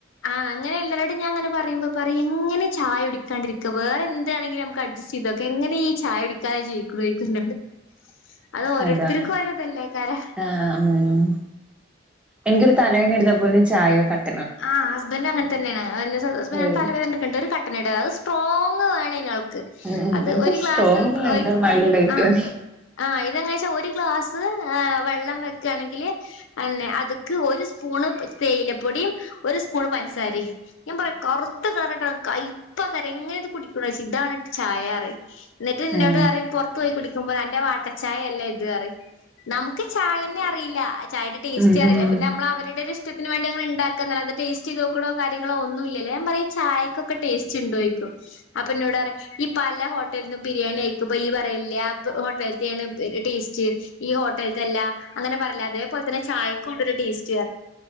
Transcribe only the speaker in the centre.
അതാണ്
ആഹ് മ് മ് എനിക്കൊരു തലവേദന എടുതാൽ പോലും ചായയോ കട്ടന്
ഏഹ്
ഉം ഉം
എനിക്ക്
സ്ട്രോങ് ഒന്നും വേണ്ട
മൈൽഡ് ആയിട്ട്
മതി
ആഹ്
ഉം
ഉം